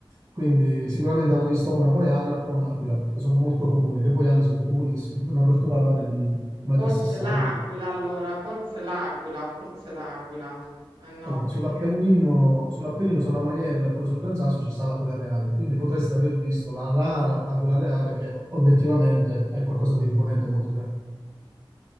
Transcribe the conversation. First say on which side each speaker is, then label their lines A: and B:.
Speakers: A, on the right (about 35°); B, on the right (about 80°).
A: Quindi sicuramente avrà visto una poiana o un'aquila, che sono molto comuni. Le poiane sono comunissime, hanno un'apertura oraria di 1,60
B: Forse l'aquila
A: m,
B: allora, forse l'aquila, forse l'aquila. Eh no,
A: Allora,
B: perché...
A: sull'Appennino, sull'Appennino, sulla Maiella e pure sul Gran Sasso ci sta l'Aquila Reale, quindi potreste aver visto la rara Aquila Reale che obiettivamente è qualcosa di imponente, molto grande.